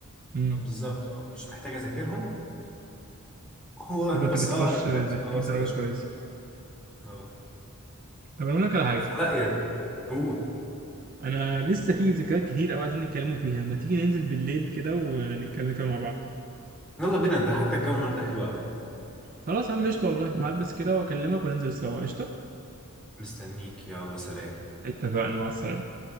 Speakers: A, on the right; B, in the centre.
A: امم
B: اه بالظبط اه مش محتاج اذاكرهم هو انا
A: وكنت
B: بس
A: بتخش
B: اقرا الدرس
A: بتجيب
B: خلاص
A: درجات
B: كده شكرا
A: كويسه
B: اه
A: طب انا اقول لك على حاجه
B: فلا يعني قول
A: انا لسه في ذكريات كتير قوي عايزين نتكلموا فيها ما تيجي ننزل بالليل كده ونتكلم فيها مع بعض
B: يلا بينا ده حتى الجو النهارده حلو قوي
A: خلاص يا عم قشطه والله هلبس كده واكلمك وننزل سوا قشطه
B: مستنيك يلا سلام
A: اتفقنا مع السلامه